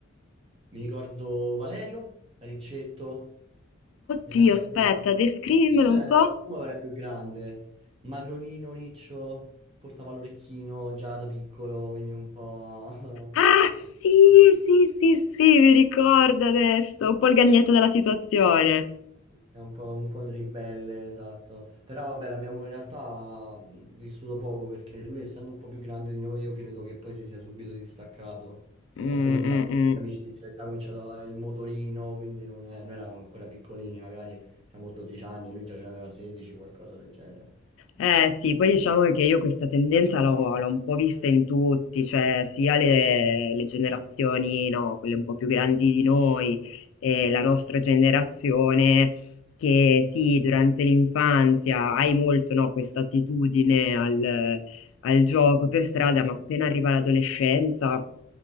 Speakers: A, on the right (about 30°); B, on the left (about 70°).
A: Mi ricordo Valerio, Riccetto, mi
B: dio
A: sa che
B: aspetta
A: era l'età,
B: descrivimelo
A: non so se
B: un
A: era
B: po
A: l'età tua o era più grande. Magrolino, Riccio, portava l'orecchino già da piccolo, quindi un po'...
B: ah
A: <laughs>
B: sì sì sì sì mi ricordo adesso un po il gagnetto della situazione
A: È un po', un po' il ribelle, esatto. Però vabbè, l'abbiamo in realtà mh, vissuto poco perché lui, essendo un po' più grande di noi, io credo che poi si sia subito distaccato.
B: Mm,
A: O comunque
B: mm,
A: ha fatto
B: mm.
A: amicizia, perché ha cominciato il motorino, quindi non è- noi eravamo ancora piccolini, magari diciamo 12 anni, lui già ce n'aveva 16, qualcosa del genere.
B: Eh sì, poi diciamo che io questa tendenza l'ho l'ho un po' vista in tutti, cioè sia le, le generazioni, no, quelle un po' più grandi di noi, e la nostra generazione, che sì, durante l'infanzia hai molto, no, questa attitudine al, al gioco per strada, ma appena arriva l'adolescenza,